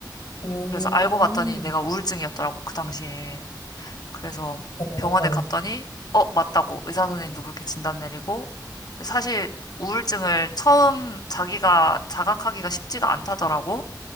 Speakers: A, on the left; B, on the left.
A: 음,
B: 그래서 알고 봤더니 내가 우울증이었더라고, 그 당시에. 그래서
A: 어,
B: 병원에
A: 어.
B: 갔더니, 어, 맞다고. 의사 선생님도 그렇게 진단 내리고. 사실 우울증을 처음 자기가 자각하기가 쉽지가 않다더라고.